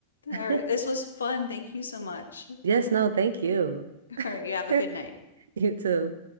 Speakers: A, on the left; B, on the right.
A: all
B: <laughs>
A: right. This was fun. Thank you so much.
B: Yes, no, thank you.
A: All right. You have a
B: <laughs>
A: good night.
B: You too.